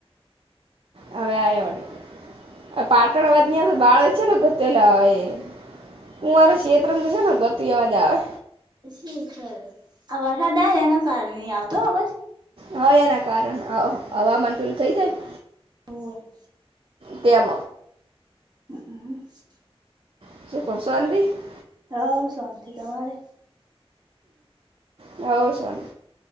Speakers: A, on the right (about 60°); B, on the right (about 45°).
A: હવે આવ્યા, પાટણવાદ ની તો બાળક છે ને. પેલા હય હું, મારો શ્ષેત્રર તો છે ને ગતું અવાજ આવે.
B: શીખર આ વરસાદ આ એના કારણે નહી આવતો અવાજ.
A: હા એના કારણે હવામાન તુલું થઈ જાય.
B: હોવેર <unintelligible>
A: તેમ.
B: હ હમ <unintelligible>
A: <unintelligible>
B: હ શાંતિ તમારે?
A: હ હોવ છોને,